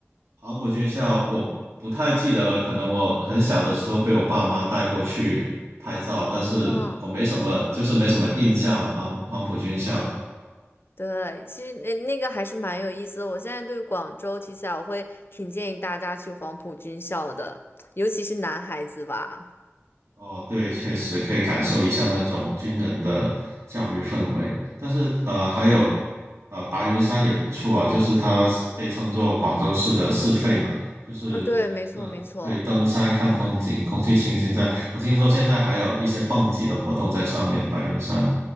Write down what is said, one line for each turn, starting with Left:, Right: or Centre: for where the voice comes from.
Right: 黄埔军校我不太记得了，可能我很小的时候被我爸妈带过去拍照，但是我没什么，
Left: 啊。
Right: 就是没什么印象了。黄黄埔军校，
Left: 对，其实那那个还是蛮有意思的。我现在对广州提起来，我会挺建议大家去黄埔军校的，尤其是男孩子吧。
Right: 哦，对，确实可以感受一下那种军人的教育氛围。但是呃，还有呃，白云山也不错啊，就是它被称作广州市的市肺嘛，就是呃，
Left: 啊，对，没错，没错。
Right: 可以登山看风景，空气清新在。我听说现在还有一些蹦极的活动在上面，白云山。